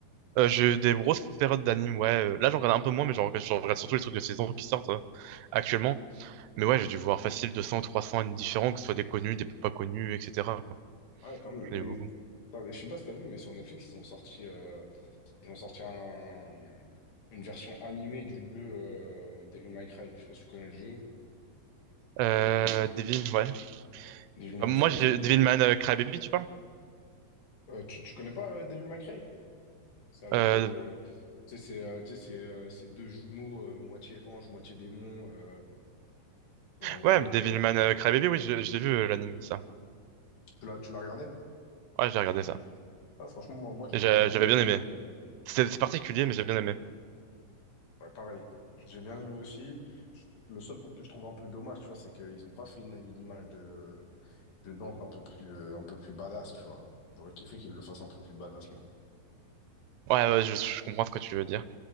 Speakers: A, on the right; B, on the left.
A: Euh, j'ai eu des grosses périodes d'anime, ouais. euh, là, j'en regarde un peu moins, mais j'en regarde, j'en regarde surtout les trucs de saison qui sortent euh, actuellement. Mais ouais, j'ai dû voir facile 200 ou 300 animes différents, que ce soit des connus, des peu pas connus, etc. quoi.
B: Ah Ouais, quand même.
A: J'en
B: Et,
A: ai beaucoup.
B: putain, mais je sais pas si t'as vu, mais sur Netflix, ils ont sorti, euh, ils ont sorti un, une version animée du jeu euh, Devil May Cry. Je sais pas si tu connais le jeu,
A: Euh,
B: mais ils, ils-
A: Devin, ouais.
B: Devil
A: Bah,
B: May
A: moi,
B: Cry,
A: j'ai
B: ils, ils-
A: Devilman euh, Crybaby, tu parles?
B: euh, tu, tu connais pas euh, Devil May Cry? C'est avec...
A: Euh,
B: euh, tu sais, c'est euh, tu sais, c'est euh, c'est deux jumeaux, euh, moitié ange, moitié démon. euh, et en gros,
A: ouais, Devilman
B: euh,
A: euh, Crybaby, oui, je, je l'ai vu euh, l'anime, ça.
B: tu l'as tu l'as regardé?
A: Ouais, j'ai regardé ça.
B: Ah, franchement, moi, moi j'ai
A: Et j'ai-
B: moi, j'ai bien
A: J'avais
B: aimé...
A: bien aimé.
B: euh,
A: C'est c'est particulier, mais j'ai bien aimé.
B: Ouais, pareil. J'ai bien aimé aussi. Le seul truc que je trouve un peu dommage, tu vois, c'est qu'ils n'ont pas fait une, une image de, de Dante un peu plus, euh, un peu plus badass, tu vois. J'aurais kiffé qu'ils le fassent un peu plus badass, moi.
A: Ouais, ouais, je, je comprends ce que tu veux dire.